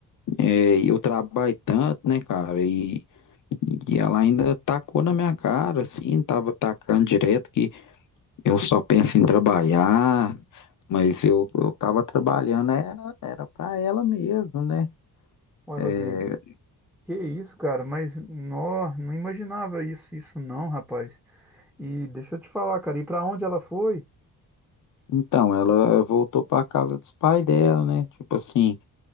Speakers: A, on the left; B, in the centre.
A: É, e eu trabalho tanto, né, cara? E, e ela ainda tacou na minha cara, assim, tava tacando direto que eu só penso em trabalhar, mas eu, eu tava trabalhando, era, era para ela mesmo, né?
B: Ué,
A: É,
B: Rodrigo, que isso, cara? Mas, nó, não imaginava isso, isso não, rapaz. E deixa eu te falar, cara, e pra onde ela foi?
A: então, ela voltou para casa dos pais dela, né? Tipo assim.